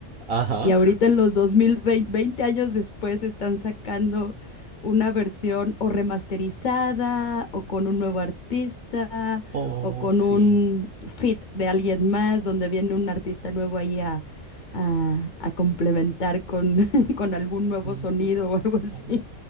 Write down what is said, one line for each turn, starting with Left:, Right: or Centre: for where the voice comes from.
Right: Ajá.
Left: y ahorita en los 2020, veinte veinte años después, están sacando una versión o remasterizada, o con un nuevo artista,
Right: Oh,
Left: o con
Right: sí.
Left: un feat de alguien más, donde viene un artista nuevo ahí a, a- a complementar con, <laughs> con algún nuevo
Right: Mm.
Left: sonido o algo así.
Right: Oh,